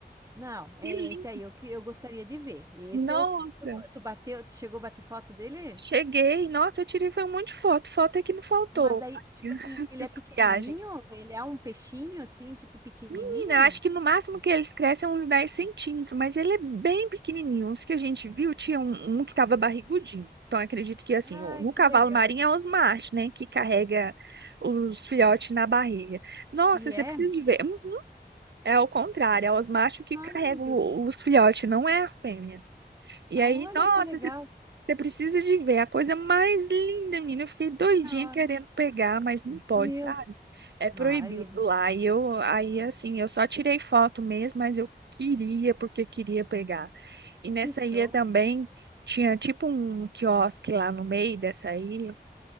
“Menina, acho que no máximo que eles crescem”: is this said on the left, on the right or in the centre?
Right